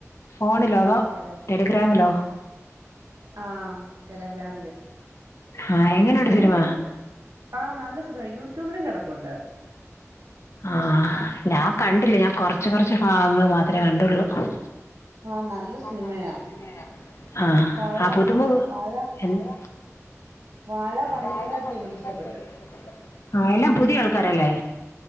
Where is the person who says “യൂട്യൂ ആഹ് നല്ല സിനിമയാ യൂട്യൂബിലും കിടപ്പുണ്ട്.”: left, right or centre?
Right